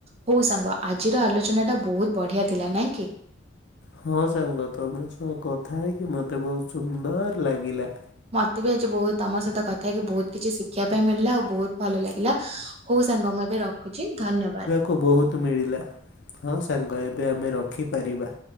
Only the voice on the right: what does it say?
ହଉ ସାଙ୍ଗ ଆଜିର ଆଲୋଚନାଟା ବୋହୁତ ବଢ଼ିଆ ଥିଲା ନାଇଁ କି?
ମତେ ବି ଆଜି ବୋହୁତ ତମ ସହିତ କଥା ହେଇକି ବୋହୁତ କିଛି ଶିଖିବା ପାଇଁ ମିଳିଲା ଆଉ ବୋହୁତ ଭଲ ଲାଗିଲା। ହୋଉ ସାଙ୍ଗ ମୁଁ ଏବେ ରଖୁଛି ଧନ୍ୟବାଦ।